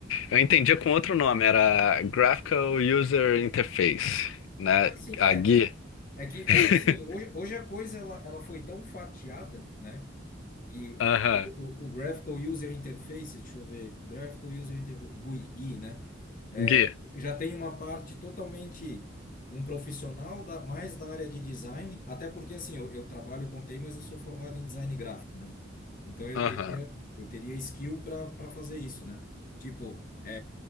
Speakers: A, on the left (about 85°); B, on the left (about 45°).
A: eu entendia com outro nome, era Graphical User Interface, né?
B: Ah, sim,
A: A
B: é.
A: GUI.
B: É que, é
A: <laughs>
B: que assim, hoje, hoje a coisa ela, ela foi tão fatiada, né? E
A: Aham,
B: o, o Graphical User Interface, deixa eu ver, Graphical User Interface, GUI, GUI, né? É,
A: GUI.
B: já tem uma parte totalmente um profissional da, mais da área de design, até porque assim, eu, eu trabalho com TI, mas eu sou formado em design gráfico, né? Então eu
A: Aham.
B: teria, eu teria skill para para fazer isso, né? Tipo, é,